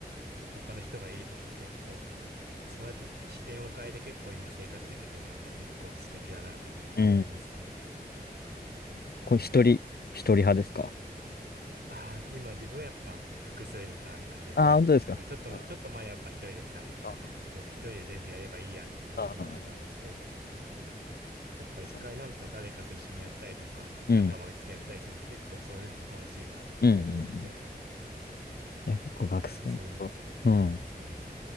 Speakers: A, on the right (about 85°); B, on the left (about 70°).
A: 他の人がいいとか結構、そうやって視点を変えて結構今生活できてるのはやっぱ結構素敵だなというふうには思いますね。
B: うん。
A: 結構なんか、
B: これ一人、一人派ですか
A: ああ、今自分はやっぱ複数人かなって感じですね。
B: ああー、本当ですか。
A: まあちょっと、
B: あ
A: ちょっと前やっぱ一人でしたね。
B: あ、あ
A: もう一人で全部やればいいやんっていうふうに思ってたんですけれど。
B: あ、あ
A: やっぱ一回なんか誰かと一緒にやったりとか、
B: あそう。うん。
A: 仲間内でやったりすると結構そういうのも楽しいなとか思うんで、
B: うん。うんうんいや、結構学生の頃。
A: 結構複数人はいいですね。
B: うん